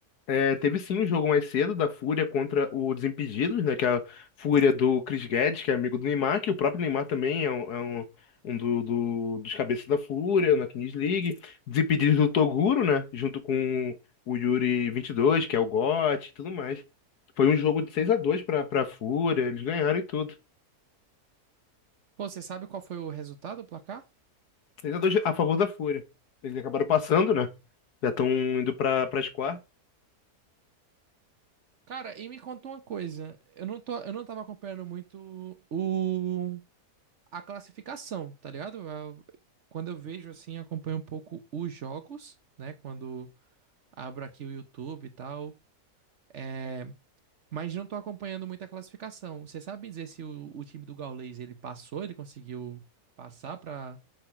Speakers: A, on the left (about 75°); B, on the right (about 55°).
A: é, teve sim um jogo mais cedo da Fúria contra o Desimpedidos, né? Que é a Fúria do Chris Guedes, que é amigo do Neymar, que o próprio Neymar também é um, é um- um do- do- dos cabeças da Fúria na Kings League. Desimpedidos do Toguro, né? Junto com o Yuri 22, que é o GOT e tudo mais. Foi um jogo de seis a dois para para Fúria, eles ganharam e tudo.
B: Pô, você sabe qual foi o resultado, o placar?
A: seis a dois a favor da Fúria. Eles acabaram passando, né? Já estão indo para as quartas.
B: Cara, e me conta uma coisa. Eu não tô, eu não tava acompanhando muito o a classificação, tá ligado? A- Quando eu vejo assim, acompanho um pouco os jogos, né? Quando abro aqui o YouTube e tal. É, mas não tô acompanhando muito a classificação. Você sabe me dizer se o, o time do Gaules ele passou, ele conseguiu passar pra.